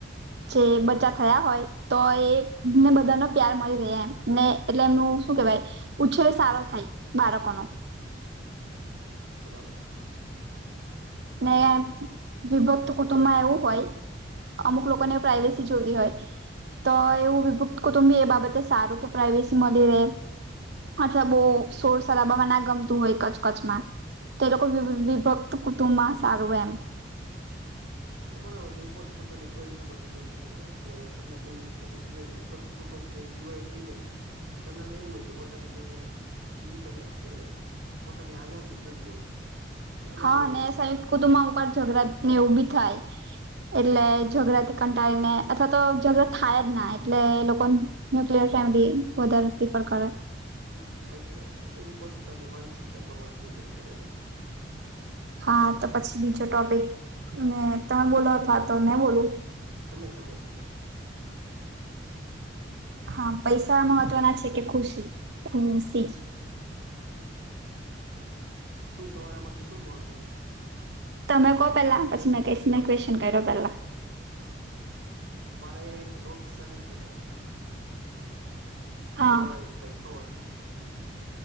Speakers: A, on the right (about 60°); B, on the right (about 85°).
A: જે બચ્ચા થયા હોય તો એ ને બધાનો પ્યાર મળી રેય એમ ને એટલે એમનું શું કેવાય ઉછેર સારો થાય બાળકોન
B: બરાબર છે.
A: ને વિભક્ત કુટુંબમાં એવું હોય અમુક લોકોને પ્રાઇવેસી જોતી હોય તો એવું વિભુક્ત કુટુંબી એ બાબતે સારું કે પ્રાાઈવેસી મળી રે અચ્છા બો સોર શરાબામાં ના ગમતું હોય કચ કચમાં તે લોકો વિભક્ત કુટુંબમાં સારું એમ
B: બરાબર છે, એ પોત પોતાની ચોઈસ ઉપર ડિપેન્ડ કરે છે, કે તમને કયુ છે, તમે કીધું એમ વિભક્ત કુટુંબ કે ડિવાઈડ થી જાય કે ઘણા ને એવું હોય કે પોતાનેને ઇન્ડિપેન્ડન્ટ કે પોતાની આઝાદી જોતી હોય અને અલગ
A: હા
B: રહેવું
A: ને
B: ગમતું
A: સંયુક્ત
B: હોય
A: કુતુબમાં અમુકવાર ઝઘડા ને એવું બી થાય એટલે ઝઘરાથી કંટાળી ને અથવા તો ઝધડો થાય જ ના એટલે લોકોન <unintelligible> ફેમિલી બદલ પ્રિફર કરે
B: હમ સાચી વાત છે, એ પોત પોતાની માનસિકતા પ્રમાણે ડિપેન્ડ કરે છે.
A: હા
B: બરાબર
A: તો પછી
B: છે
A: બીજો ટોપિક મે તમે બોલો અથવા તો મે બોલું
B: તમે તમે બોલો
A: હા પૈસા મહત્વના છે, કે ખુશી ખુશી
B: તો શું તમારા માટે શું મહત્વનું છે?
A: તમે કો પેલા પછી મેં કહીશ મેં ક્વેશ્ચન કર્યો પેલા
B: અમારા અયાં એક લોક સાહિત્યકાર છે.
A: હા
B: દેવાય ભાઈ ખણ